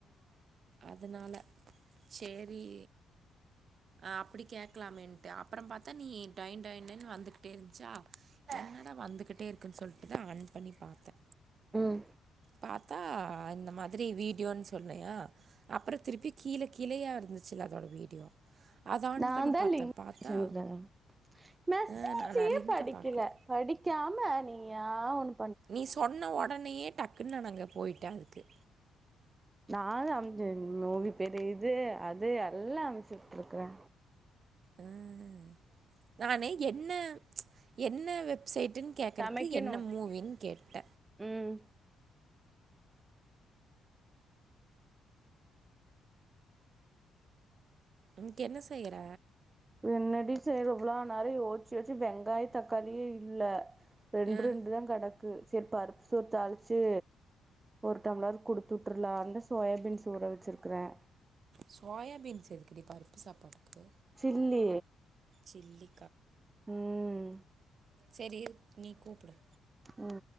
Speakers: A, on the right; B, on the right.
A: அதனால சேரி அ அப்டி கேக்கலாம்ன்ட்டு அ அப்றோ பாத்தா நீ டொய் டொய்னு வந்து வந்துகிட்டே இருந்துச்சா என்னடா வந்துகிட்டே இருக்குன்னு சொல்லிட்டுதா ஆன் பண்ணி பார்த்தே
B: உம்
A: பாத்தா அந்த மாதிரி வீடியோன்னு சொன்னயா அப்றோ திருப்பி கீழ கிழையா இருந்துச்சுல அதோட வீடியோ
B: <unintelligible>
A: அதை ஆன் பண்ணி பார்த்தேன் பார்த்தா ஆ நானா லிங்க பாக்கல
B: படிக்காம நீயா ஒன்னு
A: நீ சொன்ன உடனயே டக்குன்னு நாங்க போயிட்டா இருக்கு
B: நான் அஞ்சு நோவி பெரிய இது அது எல்லா அமைச்சுது இருக்குறே
A: உம் நானே என்ன என்ன வெ வெப்சைட்டுன்னு கேட்குறக்கு
B: சமைக்கணு
A: என்ன மூவின்னு கேட்ட
B: ம்
A: உனக்கு என்ன செய்யற
B: என்னடி செய் இவ்ளோ நேரோ யோச்ச்சு யோச்ச்சு வெங்காய தக்காளியே இல்ல ரெண்டு
A: ஆ
B: ரெண்டு தா கெடக் க்கு சரி பருப்பு சோறு தாழிச்சு ஒரு டம்ளர் குடுத்து சுற்றுலா அந்த சோயாபீன்ஸ் ஊர வச்சிருக்குறே
A: சோயாபீன்ஸ் எதுக்குடி பருப்பு சாப்பாடுக்கு
B: சில்லி
A: சில்லி
B: உம்
A: சரி இரு நீ கூப்புடு
B: உம்